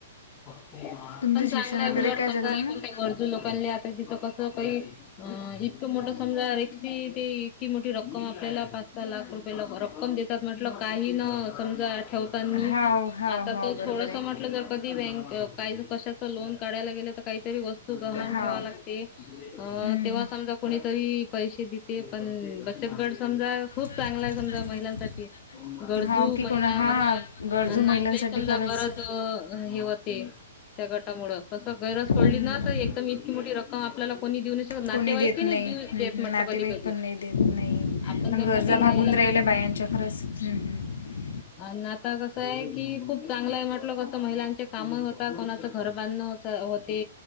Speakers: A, on the left; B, on the left.
A: पण
B: तुमचं शिक्षण
A: चांगला
B: वगैरे
A: आहे उलट
B: काय
A: कसा
B: झालं
A: आहे
B: मग
A: कोणत्या गरजू लोकां ले आता तिथं कस तो काही अ इतकं मोठं समजा रिकसी ते इतकी मोठी रक्कम आपल्याला पाच सहा लाख रुपये रक्कम देत त म्हटल काही न समजा ठेवतानी
B: हाव हाव
A: आता
B: हाव
A: तो
B: बरोबर
A: थोडस
B: आहे
A: म्हट जर कधी बी बॅकं काय म्हटल कशाच लोन काढायला गेले त काहीतरी वस्तू गहण
B: हाव
A: ठेवा लाग त अ
B: हम्म
A: तेव्हा समजा कोणीतरी पैसे देते पण बचत गट समजा
B: हम्म
A: खूप चांगला आहे समजा महिलांसाठी गरजू
B: हाव की
A: महिला
B: कोणा हा
A: म्हण
B: गरजू
A: अन
B: महिलांसाठी
A: ना आपले समजा
B: खरंच
A: बरच अ हे होते त्या गटामुळे कस गरज
B: हम्म.
A: पडली ना तर एकदम इतकी मोठी रक्कम आपल्याला कोणी देऊ नाही शकत नातेवाईकही
B: कोणी देत नाई
A: नाही देऊ
B: हम्म
A: देत म्हटलं
B: नातेवाईक
A: कधी कधी.
B: पण नाही देत नाही
A: आपण
B: पण
A: जर
B: गरजा
A: कधी
B: भागून
A: घ्यायला
B: रायल्या बायांच्या खरंच हम्म हम्म.
A: आ न आता कसंय की खूप चांगलं आहे म्हटलं त महिलांचे काम होता कोणाच घर बांधण होत होते